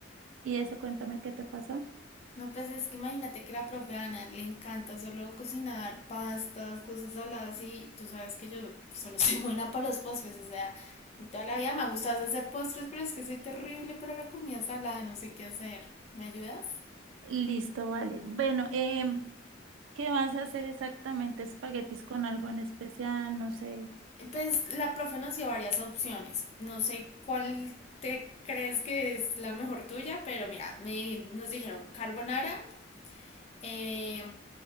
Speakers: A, on the right (about 85°); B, on the left (about 35°).
A: Y eso, cuéntame qué te pasó.
B: No, pues es que imagínate que la profe Ana le encanta solo cocinar pastas, cosas saladas y tú sabes que yo solo <laughs> soy buena para los postres, o sea, a mí toda la vida me ha gustado hacer postres, pero es que soy terrible para la comida salada, no sé qué hacer. ¿Me ayudas?
A: Listo, vale. Bueno, em, ¿qué vas a hacer exactamente? ¿Espaguetis con algo en especial? No sé.
B: Pues la profe nos dio varias opciones. No sé cuál te crees que es la mejor tuya, pero mira, me, nos dijeron carbonara, eh,